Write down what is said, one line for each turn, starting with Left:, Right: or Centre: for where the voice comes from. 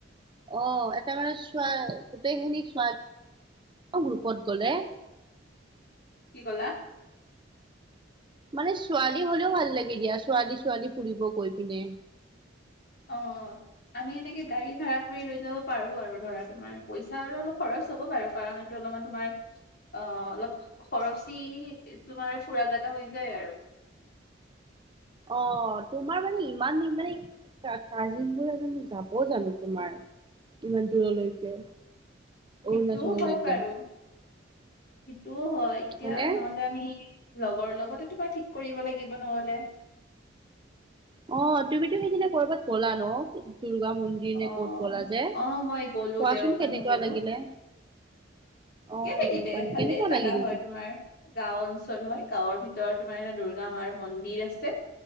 Right: অ', এটা মানে চোৱা গোটেইখিনি <unintelligible> গুৰূপত গ'লে।
Left: কি ক'লা?
Right: মানে ছোৱালী হলেও ভাল লাগে দিয়া ছোৱালী ছোৱালী ফুৰিব গৈ পিনে।
Left: অ', আমি এনেকে গাড়ী ভাড়া কৰি লৈ যাব পাৰো আৰু ধৰা তোমাৰ পইচা আৰু অলপ খৰচ হ'ব বাৰু। কাৰন এইটো অলপমান তোমাৰ অ', অলপ খৰচী তোমাৰ ফুৰা জাগা হৈ যায় আৰু।
Right: অ', তোমাৰ মানে ইমান মানে কা কাজিনবোৰ জানো যাব জানো তোমাৰ ইমান দূৰলৈকে?
Left: সেইটোও
Right: অৰুণাচললৈকে
Left: হয় বাৰু সেইটোও হয় এতিয়া
Right: হয়নে?
Left: নহলে আমি লগৰ লগতেটো বা ঠিক কৰিব লাগিব নহ'লে।
Right: অ', তুমিতো সেইদিনা কৰবাত গ'লা ন' দুৰ্গা মন্দিৰ নে
Left: অ',
Right: ক'ত গ'লা যে?
Left: অ', মই গলো
Right: কোৱাচোন
Left: দেওপানী
Right: কেনেকুৱা
Left: গলো
Right: লাগিলে?
Left: ঠিকে
Right: অ'
Left: থাকিলে
Right: দেওপানী
Left: ভালে
Right: কেনেকুৱা
Left: জাগা
Right: লাগিল?
Left: হয় তোমাৰ গাঁও অঞ্চল হয়, গাঁৱৰ ভিতৰত তোমাৰ এটা দুৰ্গা মাৰ মন্দিৰ আছে।